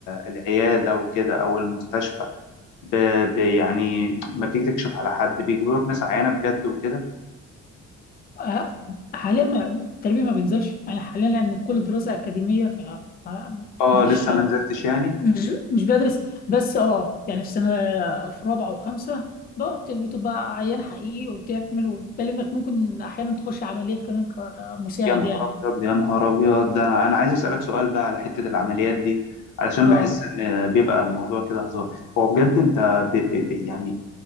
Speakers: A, on the left; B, on the left.
A: العياده وكده او المستشفى ب... ب... يعني ما بتيجي تكشف على حد بيجيبوا لك ناس عيانه بجد وكده
B: آه، حاليا ما- التربية ما بينزلش يعني حاليا لأن كل دراسة أكاديمية ف ف-
A: اه
B: مش
A: لسه ما نزلتش يعني
B: مش مش بدرس بس اه يعني في سنه في رابعه وخمسه بقى بت- بتبقى عيان حقيقي وبتعمل وبالي انك ممكن احيانا تخش عمليات كمان كمساعد
A: يا نهار
B: يعني
A: ابيض يا نهار ابيض ده انا انا عايز اسالك سؤال بقى على حته العمليات دي علشان
B: اه
A: بحس ان بيبقى الموضوع كده هزار هو بجد انت ب... ب... ب... يعني